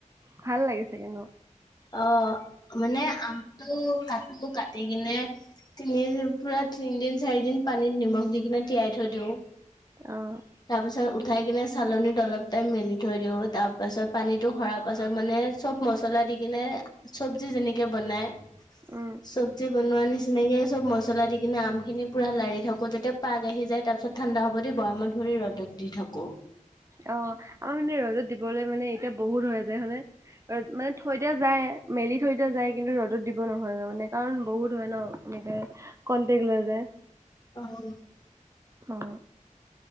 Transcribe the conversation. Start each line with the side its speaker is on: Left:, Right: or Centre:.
Right: ভাল লাগিছে কিন্তু।
Left: অ মানে আমটো কাটো কাটি কিনে তিনিদিন পুৰা তিনিদিন - চাৰিদিন পানীত নিমখ দি কিনে তিয়াই থৈ দিও।
Right: অঁ।
Left: তাৰ পাছত উঠাই কিনে চালনীত অলপ টাইম মেলি থৈ দিও তাৰ পাছত পানীটো সৰা পাছত মানে চব মছলা দি কিনে, চব্জি যেনেকে বনাই,
Right: উম
Left: চব্জি বনোৱা নিচ তেনেকে চব মছলা দি কিনে আমখিনি পুৰা লাৰি থাকোঁ যাতে পাগ আহি যায় তাৰপিছত ঠাণ্ডা হ'ব দি বৈয়ামত ভৰি ৰ'দত দি থাকোঁ।
Right: অহ, আমাৰ মানে ৰ'দত দিবলৈ মানে এতিয়া বহুত হয় যে হয়নে? অ মানে থৈ দিয়া যায় মেলি থৈ দিয়া যায় কিন্তু ৰ'দত দিব নহয় গৈ তাৰ মানে কাৰণ বহুত হয় ন এনেকে কন্টেক্ট লয় যে।
Left: অ হল।
Right: উম।